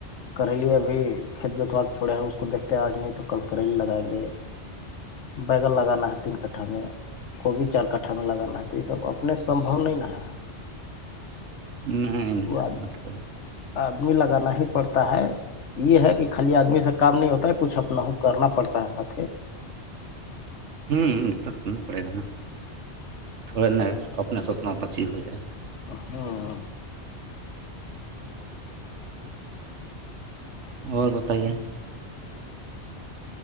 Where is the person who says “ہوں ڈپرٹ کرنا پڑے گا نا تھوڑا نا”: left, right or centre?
Right